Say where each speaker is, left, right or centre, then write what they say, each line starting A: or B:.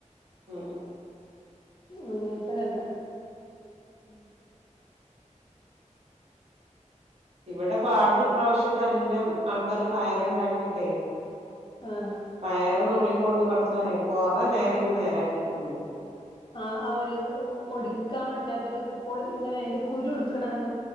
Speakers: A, on the right (about 55°); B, on the left (about 40°).
A: ഉം, ഉം,
B: അങ്ങനത്തെ കല്ലാണ്.
A: ഉം.., ഇവടെ പാടത്ത് ഇപ്രാശ്യം നല്ലം ആൾക്കാര് പയറുണ്ടാക്കീട്ടെ
B: ആഹ്
A: പയറ് നുള്ളി കൊട്ന്ന് പറിച്ചോനെ കൊറേ നേരം ഇര്ന്ന് നേരാക്കിളന്ന്
B: ആഹ് ആഹ് ഒരു ഒടിക്കാൻ പറ്റാത്തൊരു ഇപ്പോൾ ഇങ്ങനെ അതിന്റെ കുരു ഇടുക്കണം അങ്ങ